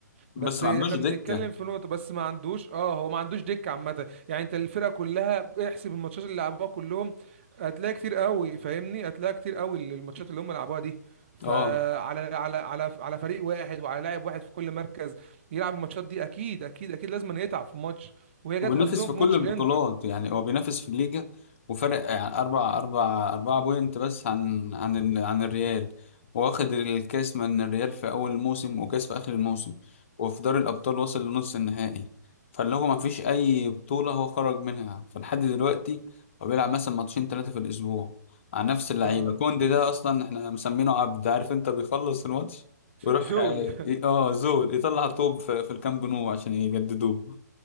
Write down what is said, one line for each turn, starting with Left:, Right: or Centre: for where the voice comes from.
Left: بس
Right: بس
Left: ما
Right: احنا
Left: عندوش دكة
Right: بنتكلم في نقطة بس ما عندوش اه هو ما عندوش دكة عامة يعني انت الفرقة كلها احسب الماتشات اللي لعبوها كلهم هتلاقي كتير قوي فاهمني هتلاقي كتير قوي الماتشات اللي هم لعبوها دي فعلى
Left: اه
Right: على على على فريق واحد وعلى لاعب واحد في كل مركز يلعب الماتشات دي اكيد اكيد اكيد لازم يتعب في ماتش وهي
Left: وبينافس
Right: جت حظهم
Left: في
Right: في
Left: كل
Right: ماتش
Left: البطولات
Right: الانتر
Left: يعني هو بينافس في الليجا وفارق يعني أربع أربع أربعة بوينت بس عن عن ال- عن الريال واخد الكاس من الريال في أول الموسم وكاس في آخر الموسم وفي دوري الأبطال وصل لنص النهائي فاللي هو مفيش أي بطولة هو خرج منها فلحد دلوقتي هو بيلعب مثلا ماتشين تلاتة في الأسبوع على نفس اللعيبة
Right: اه
Left: كوندي ده أصلا احنا مسمينه عبد عارف أنت بيخلص الماتش ويروح
Right: زول
Left: اه آه، زول يطلع طوب في في الكامب نو عشان يجددوه